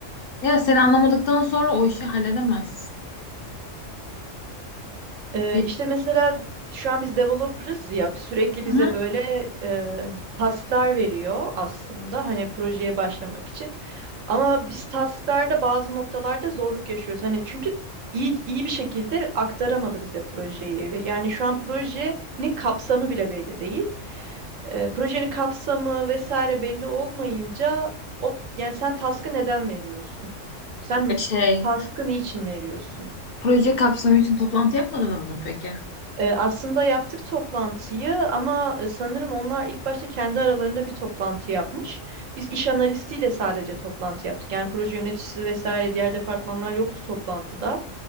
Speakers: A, on the left (about 60°); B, on the right (about 80°).
A: Ya seni anlamadıktan sonra o işi halledemezsin.
B: Ee,
A: Bir-
B: işte mesela şu an biz developer'ız ya sürekli
A: Hı
B: bize
A: hı.
B: böyle e, task'lar veriyor aslında hani projeye başlamak için. Ama biz task'larda bazı noktalarda zorluk yaşıyoruz. Hani çünkü iyi iyi bir şekilde aktaramadı bize projeyi. Ve Yani şu an projenin kapsamı bile belli değil. Ee, projenin kapsamı vesaire belli olmayınca o yani sen task'ı neden veriyorsun? Sen
A: E, Şey,
B: task'ı niçin veriyorsun?
A: proje kapsamı için toplantı yapmadınız mı peki?
B: E, aslında yaptık toplantıyı ama e, sanırım onlar ilk başta kendi aralarında bir toplantı yapmış. Biz iş analistiyle sadece toplantı yaptık. Yani proje yöneticisi vesaire diğer departmanlar yoktu toplantıda.